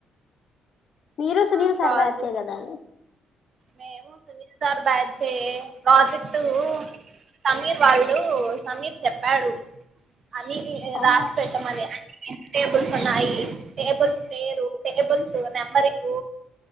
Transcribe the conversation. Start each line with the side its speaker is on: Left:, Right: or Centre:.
Left: మీరు సునీల్
Right: ఆ
Left: సార్
Right: ప్రాజెక్ట్
Left: బ్యాచ్చే కదా
Right: మేము సునీల్ సార్ బ్యాచ్చే ప్రాజెక్టు సమీర్ వాళ్ళు, సమీర్ చెప్పాడు. అది
Left: ఆ
Right: రాసి పెట్టమని <inaudible> టేబుల్ ఉన్నాయి టేబుల్స్ పేరు టేబుల్స్ నెంబరింగ్